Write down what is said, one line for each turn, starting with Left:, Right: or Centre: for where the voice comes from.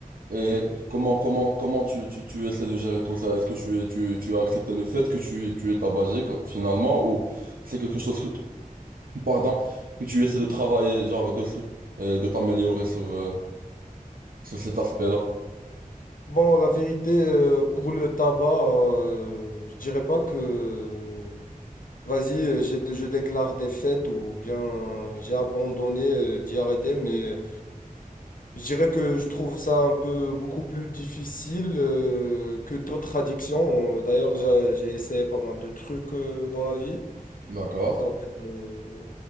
Right: Et
Left: mais ouais.
Right: comment comment comment tu, tu, tu essaies de gérer tout ça? Est-ce que tu es tu, tu as accepté le fait que tu, tu es tabagique quoi, finalement ou c'est quelque chose que <laughs> pardon que tu essaies de travailler genre dessus et de t'améliorer sur euh, sur cet aspect-là?
Left: Bon, la vérité, euh, pour le tabac, euh, je dirais pas que, vas-y, euh, j'ai- je déclare des fêtes ou bien euh, j'ai abandonné euh, d'y arrêter, mais Je dirais que je trouve ça un peu beaucoup plus difficile euh, que d'autres addictions. Euh, D'ailleurs, j'a- j'ai essayé pas mal de trucs euh, dans la vie.
Right: D'accord.
Left: Donc, euh,